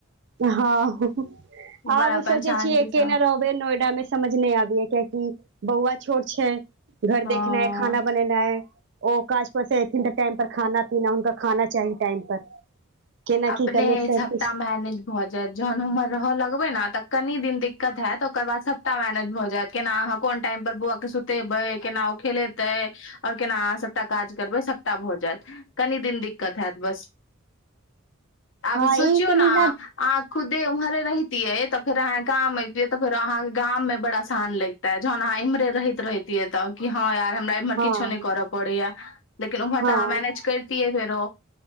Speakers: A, on the right; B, on the left.
A: हँ,
B: इम्हर
A: आब
B: अपन
A: सोचै
B: शान्ति
A: छियै केने
B: सँ
A: रह नोएडा में समझ नहि आबैये कियाकि बौआ छोट छै। घर
B: हँ
A: देखनै खाना बनेनाइ ओ काज पर से ऐथिन तऽ टाइम पर खाना पीना हुनका खाना चाही टाइम पर केना
B: अपने
A: की करबै सब
B: सबटा
A: किछु
B: मेनेज भऽ जायत, जखन ओमहर रहऽ लगबै ने तऽ कनी दिन दिक्कत होयत ओकर बाद सबटा मैनेज भऽ जायत केना अहाँ कोन टाइम पर बौआ के सुतेबै केना ओ खेलेतै आओर केना अहाँ सभटा काज करबै सभटा भऽ जायत कनि दिन दिक्कत होयत बस आब
A: हँ
B: सोचियौ
A: ई कनि
B: ने अहाँ खुदे उम्हरे रहितिये तऽ फेर अहाँं गाम एबतिये तऽ फेरो अहाँ के गाम मे बड़ा आसान लग ते जखन अहाँ इम्हरे रहैत रहितियै तऽ कि हँ यार हमरा एम्हर
A: हँ
B: किछो नहि करऽ पड़ैये लेकिन उम्हर
A: हँ
B: तऽ अहाँ मैनेज करितियै फेरो